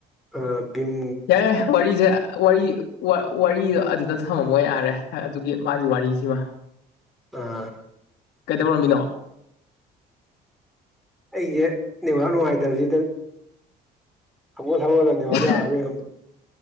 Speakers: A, in the centre; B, on the left.
A: ꯑꯥ ꯕꯤꯝ
B: ꯌꯥꯏ ꯌꯥꯏ ꯋꯥꯔꯤꯁꯦ ꯋꯥꯔꯤ ꯋꯥ ꯋꯥꯔꯤ ꯑꯗꯨꯗ ꯊꯝꯃꯝꯃꯣ ꯌꯥꯔꯦ ꯑꯗꯨꯒꯤ ꯃꯥꯒꯤ ꯋꯥꯔꯤꯁꯤꯃ
A: ꯑꯥ
B: ꯀꯩꯗꯧꯔꯝꯃꯤꯅꯣ
A: ꯑꯩꯒꯤ ꯅꯦꯠꯋꯥꯛ ꯅꯨꯡꯉꯥꯏꯇꯞꯖꯤꯗ ꯍꯧꯒꯠ <unintelligible>
B: <unintelligible>
A: ꯌꯦꯡꯉꯝꯕ